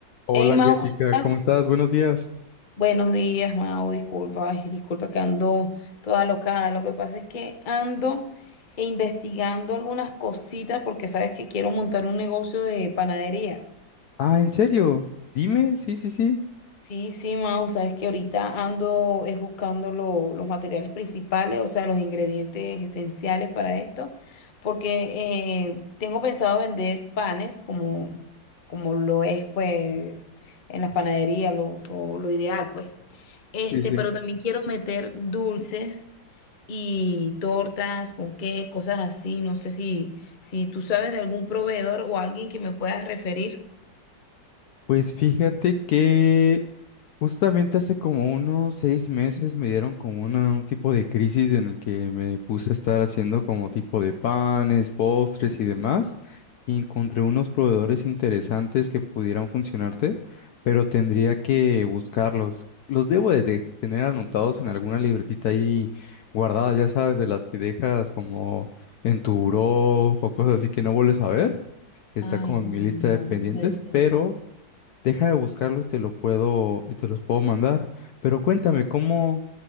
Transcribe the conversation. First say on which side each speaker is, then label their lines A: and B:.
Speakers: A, on the left; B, on the left.
A: Hola
B: Hey, Mau,
A: Jessica,
B: ¿cómo estás?
A: ¿cómo estás? Buenos días.
B: Buenos días, Mau, disculpa, ay, disculpa que ando toda locada. Lo que pasa es que ando investigando algunas cositas porque sabes que quiero montar un negocio de panadería.
A: Ah, ¿en serio? Dime, sí, sí, sí.
B: Sí, sí, Mau, sabes que ahorita ando es buscando lo- los materiales principales, o sea, los ingredientes esenciales para esto, porque eh, tengo pensado vender panes como, como lo es, pues, en las panaderías, lo, lo, lo ideal, pues. Este,
A: Sí, sí.
B: pero también quiero meter dulces y tortas, ponqué, cosas así. No sé si, si tú sabes de algún proveedor o alguien que me puedas referir.
A: Pues fíjate que Justamente hace como unos seis meses me dieron como una, un tipo de crisis en el que me puse a estar haciendo como tipo de panes, postres y demás, y encontré unos proveedores interesantes que pudieran funcionarte, pero tendría que buscarlos. Los debo de de- tener anotados en alguna libretita ahí guardada, ya sabes, de las que dejas como en tu buró o cosas así que no vuelves a ver. Está
B: Ay,
A: como
B: no,
A: en mi
B: no,
A: lista de pendientes,
B: no puede ser.
A: pero Deja de buscarlo y te lo puedo y te los puedo mandar. Pero cuéntame, ¿cómo,